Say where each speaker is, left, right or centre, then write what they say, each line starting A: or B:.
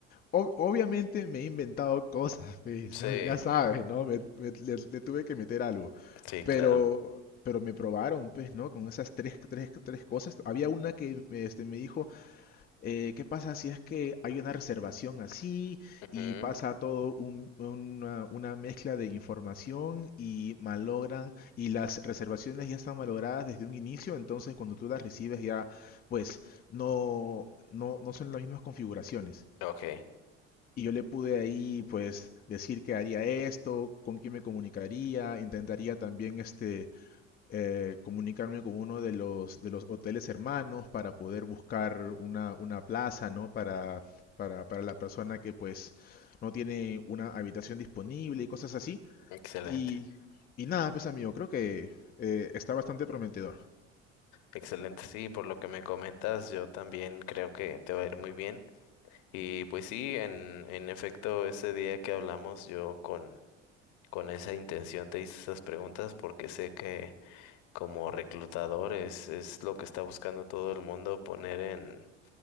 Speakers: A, on the left; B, on the left.
A: ob- obviamente me he inventado cosas, <laughs> pues,
B: sí,
A: ya, ya sabes, ¿no? Me- me- le, le tuve que meter algo.
B: sí,
A: Pero,
B: claro.
A: pero me probaron, pues, ¿no? Con esas tres, tres, tres cosas. Había una que este, me dijo, eh, ¿qué pasa si es que hay una reservación así
B: Ujú,
A: y pasa todo un- una, una mezcla de información y malogran y las reservaciones ya están malogradas desde un inicio? Entonces, cuando tú las recibes ya, pues, no, no, no son las mismas configuraciones.
B: Ok,
A: Y yo le pude ahí, pues, decir que haría esto, con quién me comunicaría, intentaría también, este, eh, comunicarme con uno de los, de los hoteles hermanos para poder buscar una, una plaza, ¿no? Para, para, para la persona que, pues, no tiene una habitación disponible y cosas así.
B: excelente,
A: Y, y nada, pues, amigo, creo que eh, está bastante prometedor.
B: excelente. Sí, por lo que me comentas, yo también creo que te va a ir muy bien. Y pues sí, en, en efecto, ese día que hablamos, yo con, con esa intención te hice esas preguntas porque sé que como reclutador es, es lo que está buscando todo el mundo poner en